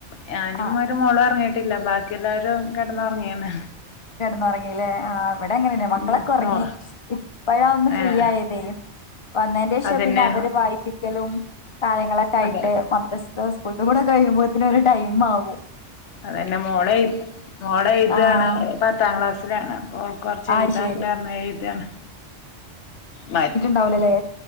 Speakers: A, on the left; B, on the left.
A: ഞാനും
B: ആഹ്
A: ഒരു മോളും ഒറങ്ങീ ട്ടില്ല ബാക്കി എല്ലാവരും കെടന്നൊറങ്ങീണ്.
B: കെടന്ന് ഒറങ്ങീലെ ആ ഇവിടെ അങ്ങനെന്ന മക്കളൊക്കെ
A: ഉം
B: ഒറങ്ങി.
A: മോ
B: ഇപ്പഴാ ഒന്ന് ഫ്രീ
A: ഏഹ്
B: ആയതേ. വന്നേന്റെ ശേഷം
A: അതന്നെ
B: പിന്നെ അവര് വായിപ്പിക്കലും കാര്യങ്ങളൊക്കെ ആയിട്ട്
A: അതെ
B: മദ്രസ്ത്തെ സ്കൂൾത്തും കൂടെ കഴിയുമ്പോത്ത്ന് ഒരു ടൈംമാവും.
A: അതെന്നെ മോള് എഴ് മോളെ എഴ്ത്
B: ആഹ്
A: ആണ്. ഓള് പത്താം ക്ലാസ്സിലാണ് അപ്പൊ ഓൾ ക്ക് കൊറച്ച്
B: ആഹ്
A: എഴുതാണ്ട്
B: ശരി
A: പറഞ്ഞ് എഴുത് ആണ്. മാറ്റി
B: ണ്ടാവുലലേ.